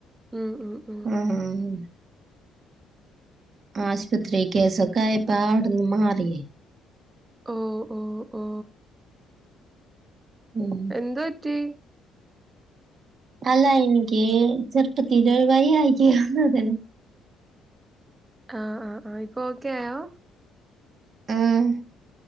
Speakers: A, on the right; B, on the right.
A: ഉം ഉം
B: ആഹ് ആഹ് ആശുപത്രി കേസൊക്കെ ആയപ്പ അവിടന്ന് മാറിയേ
A: ഓ ഓ ഓ
B: ഉം
A: എന്ത്‌ പറ്റി
B: അല്ല എനിക്ക് ചർപ്പത്തിലൊരു വയ്യായിക വന്നത
A: ആ ആ ആ ഇപ്പൊ ഓക്കെ ആയോ
B: ആഹ്